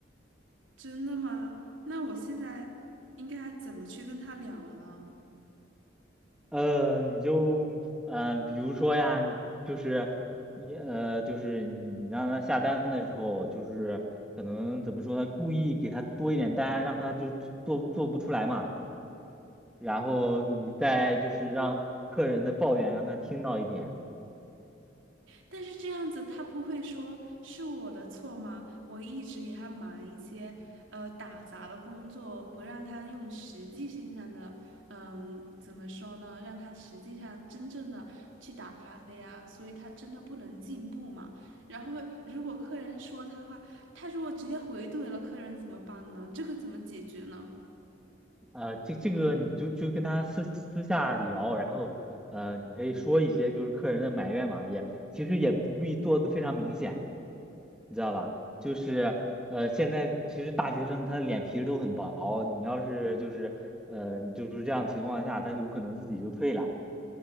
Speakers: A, on the right; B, in the centre.
A: 真的吗？那我现在应该怎么去跟他聊呢？
B: 呃，你就呃，比如说呀，你就是你呃，就是你你让他下单的时候，就是可能怎么说呢，故意给他多一点单，让他就做做不出来嘛，然后你再就是让客人的抱怨让他听到一点。
A: 但是这样子，他不会说是我的错吗？我一直给他忙一些呃打杂的工作，不让他用实际性上的，嗯，怎么说呢？让他实际上真正的去打咖啡啊，所以他真的不能进步嘛。然后如果客人说他的话，他如果直接回怼了客人怎么办呢？这个怎么解决呢？
B: 呃，这这个你就就跟他私私下聊，然后呃，你可以说一些就是客人的埋怨嘛，也其实也不必做的非常明显，你知道吧？就是呃，现在其实大学生他的脸皮都很薄，你要是就是呃就是这样情况下，他有可能自己就退了。